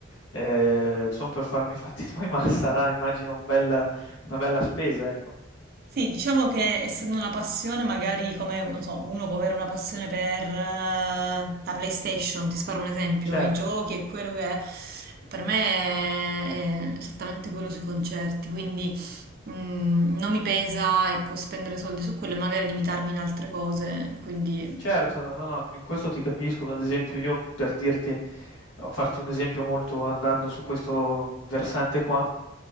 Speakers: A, on the left; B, on the right.
A: eh, sono per farmi i fatti tuoi, <laughs> ma sarà, immagino, un bel- una bella spesa, ecco.
B: Sì, diciamo che essendo una passione, magari come non so, uno può avere una passione per eh, la PlayStation, ti sparo un esempio,
A: Certo.
B: i giochi e quello che è. Per me è è esattamente quello sui concerti, quindi mm, non mi pesa, ecco, spendere soldi su quello e magari limitarmi in altre cose, quindi
A: Certo, no, no, in questo ti capisco. Ad esempio io per dirti a farti un esempio molto andando su questo versante qua,